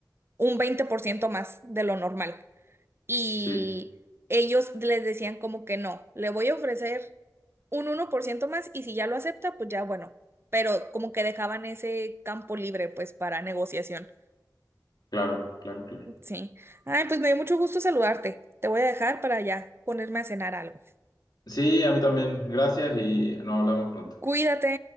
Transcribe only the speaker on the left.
sí,
claro, claro, claro.
Sí, a mí también. Gracias y nos hablamos pronto.